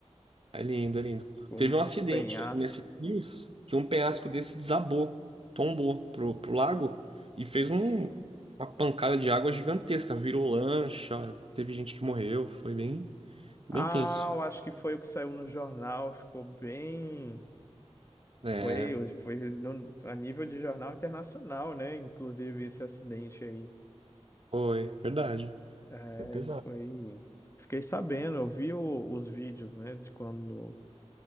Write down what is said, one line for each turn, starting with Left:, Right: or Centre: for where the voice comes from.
Right: É lindo, é lindo.
Left: com
Right: Teve um
Left: uns
Right: acidente
Left: penhascos.
Right: aí nesses dias que um penhasco desse desabou, tombou pro, pro lago e fez um- uma pancada de água gigantesca, virou lancha, teve gente que morreu, foi bem, bem
Left: Ah,
Right: tenso.
Left: eu acho que foi o que saiu no jornal, ficou bem.
Right: É,
Left: Foi, foi no- a nível de jornal internacional, né? Inclusive esse acidente aí.
Right: foi, verdade.
Left: É,
Right: Foi pesado.
Left: foi. Fiquei sabendo, eu vi o- os vídeos, né? De quando